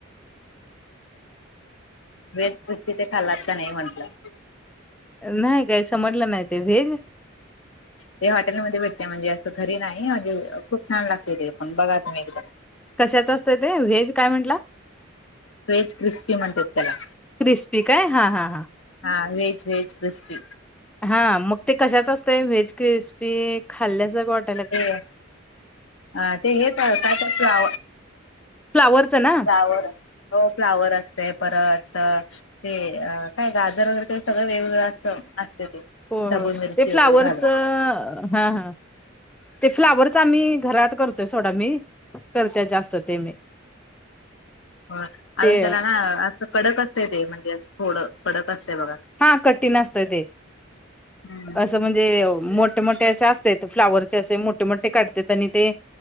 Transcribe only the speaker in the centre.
नाही काही समटलं नाही ते भेज
कशाच असतंय ते व्हेज काय म्हंटलं
क्रिस्पी काय हा हा हा
हा मग ते कशाच असते व्हेज क्रिस्पी खाल्ल्यास वाट
फ्लावरचं ना
हो
हो
ते
फ्लावरच
हा हा ते फ्लावरच आम्ही घरात करतोय सोडा मी करते जास्त ते मी
ते
हा कठीण असत ते
अस म्हणजे मोठे मोठे असे असते फ्लावरचे असे मोठे मोठे काढतेात आणि ते